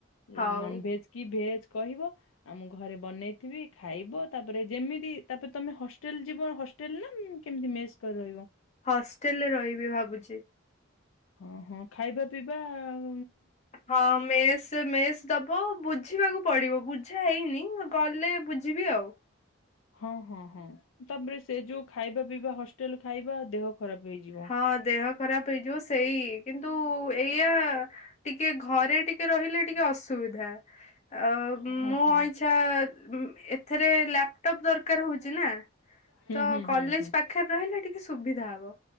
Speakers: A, on the left; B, on the left.
A: ଯେ
B: ହଉ।
A: ନନ୍ ଭେଜ୍ କି ଭେଜ୍? କହିବ ଆ ମୁଁ ଘରେ ବନେଇଥିବି ଖାଇବ ତାପେରେ ଯେମିତି ତାପେରେ ତମେ ହସ୍ ଷ୍ଟେଲ ଯିବ ହଷ୍ଟେଲ ନା ଉଁ କେମିତି ମେସ୍ କରି ରହିବ
B: ହଷ୍ଟେଲରେ ରହିବି ଭାବୁଛି
A: ହଁ, ହଁ, ଖାଇବା ପିଇବା ଆଉ
B: ହଁ, ମେସ୍ ମେସ୍ ଦବ ବୁଝିବାକୁ ପଡି଼ବ, ବୁଝା ହେଇନି। ମୁ ଗଲେ ବୁଝିବି ଆଉ।
A: ହଁ, ହଁ, ହଁ, ତାପରେ ସେ ଯୋଉ ଖାଇବା, ପିଇବା ହଷ୍ଟେଲ ଖାଇବା ଦେହ ଖରାପ ହେଇଯିବ
B: ହଁ, ଦେହ ଖରାପ ହେଇଯିବ ସେଇ କିନ୍ତୁ ଏଇଆ ଟିକେ ଘରେ ଟିକେ ରହିଲେ ଟିକେ ଅସୁବିଧା, ଆଉ
A: ହଁ
B: ମୋ
A: ହଁ
B: ଇଛା ଉମ୍ ଏଥିରେ ଲାପଟପ୍ ଦରକାର ହଉଚି ନା।
A: ହୁଁ
B: ତ,
A: ହୁଁ
B: କଲେଜ
A: ହୁଁ ହୁଁ
B: ପାଖରେ ରହିଲେ ଟିକେ ସୁବିଧା ହବ।